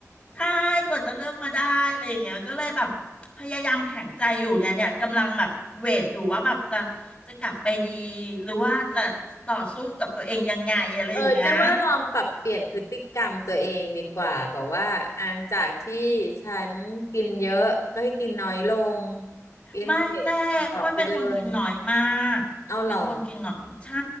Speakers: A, on the left (about 15°); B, on the left (about 70°).
A: ใช่กว่าจะเลิกมาได้อะไรอย่างเงี้ยก็เลยแบบพยายามแข็งใจอยู่เนี่ยเนี่ยกำลังแบบเวทอยู่ว่าแบบจะจะกลับไปดีหรือว่าจะต่อสู้กับตัวเองยังไงอะไรอย่างเงี้ย
B: เออเจ๊ว่าลองปรับเปลี่ยนพฤติกรรมตัวเองดีกว่าแบบว่าอ่ะจากที่ฉันกินเยอะก็ให้กินน้อยลงกินเสร็จออกไปเดิน
A: ไม่แจ้อ้วนเป็นคนกินน้อยมากเป็นคนกินน้อยมากใช่
B: เอาเหรอ